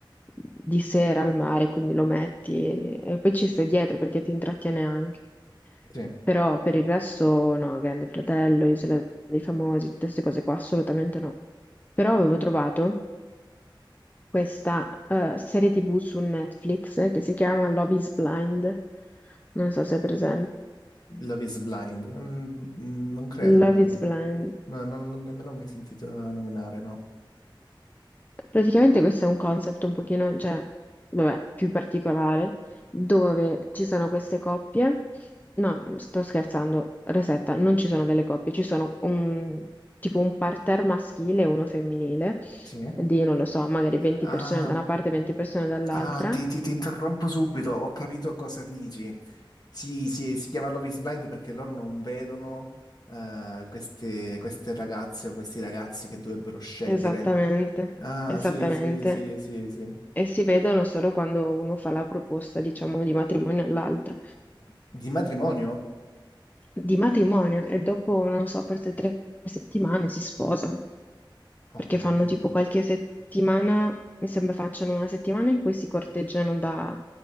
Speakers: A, on the left; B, on the left.
A: di sera al mare, quindi lo metti e, e poi ci stai dietro perché ti intrattiene anche.
B: Sì.
A: Però per il resto no, Grande Fratello, Isola dei Famosi, tutte queste cose qua assolutamente no. Però avevo trovato questa eh, serie TV su Netflix che si chiama Love is Blind. Non so se è presente.
B: Love is Blind? Mm, mm, non credo,
A: Love
B: non,
A: is Blind.
B: no, non l'ho nemmeno mai sentito nominare, no.
A: Praticamente questo è un concept un pochino, cioè, vabbè, più particolare, dove ci sono queste coppie. No, sto scherzando, resetta, non ci sono delle coppie, ci sono un, tipo un parterre maschile e uno femminile
B: Sì.
A: di, non lo so, magari 20
B: Ah,
A: persone da una parte e 20 persone dall'altra.
B: ah, ti, ti- ti interrompo subito, ho capito cosa dici. Sì, sì, si chiama Love is Blind perché loro non vedono eh, queste, queste ragazze o questi ragazzi che dovrebbero scegliere.
A: Esattamente,
B: Ah,
A: esattamente.
B: sì, sì, sì, sì, sì.
A: e si vedono solo quando uno fa la proposta, diciamo, di matrimonio all'altra,
B: Di matrimonio?
A: di matrimonio, e dopo, non so, forse tre settimane si sposano,
B: Oh
A: perché
B: mio
A: fanno
B: Dio.
A: tipo qualche settimana, mi sembra facciano una settimana in cui si corteggiano da-